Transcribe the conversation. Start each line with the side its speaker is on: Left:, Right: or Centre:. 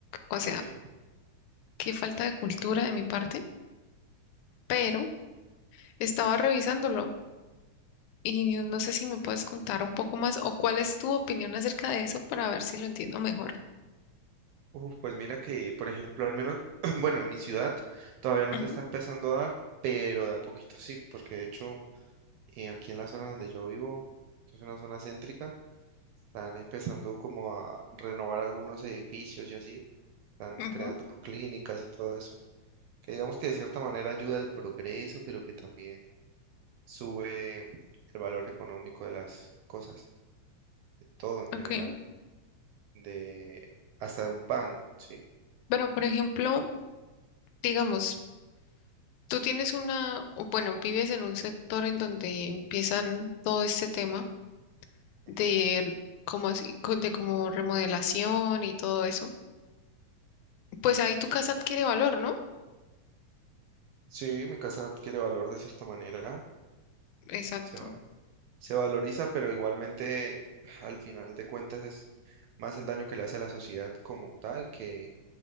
Left: O
Right: Sí.
Left: sea, qué falta de cultura de mi parte, pero estaba revisándolo y no sé si me puedes contar un poco más o cuál es tu opinión acerca de eso para ver si lo entiendo mejor.
Right: Uf, pues mira que, por ejemplo, al menos, <clears throat> bueno, en mi ciudad todavía no
Left: Ujú,
Right: se está empezando a dar, pero de a poquito sí, porque de hecho eh, aquí en la zona donde yo vivo, que es una zona céntrica, están empezando como a renovar algunos edificios y así. están
Left: ujú,
Right: creando clínicas y todo eso, que digamos que de cierta manera ayuda al progreso, pero que también sube el valor económico de las cosas, ¿no? de todo en
Left: ok.
Right: general, de hasta de un pan, ¿sí?
Left: Pero, por ejemplo, digamos, tú tienes una, o bueno, vives en un sector en donde empiezan todo este tema de
Right: Ujú.
Left: como así, co- de como remodelación y todo eso. Pues ahí tu casa adquiere valor, ¿no?
Right: Sí, mi casa adquiere valor de cierta manera,
Left: Exacto.
Right: se, va- se valoriza, pero igualmente al final de cuentas es más el daño que le hace a la sociedad como tal que